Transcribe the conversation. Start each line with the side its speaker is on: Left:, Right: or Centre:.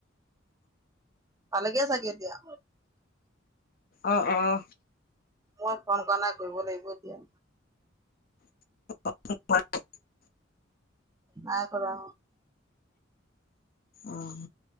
Right: পালগে চাগে এতিয়া
Left: আহ অ
Right: মই ফোন কৰা নাই কৰিব লাগিব এতিয়া
Left: <inaudible>
Right: ন কৰা
Left: আহ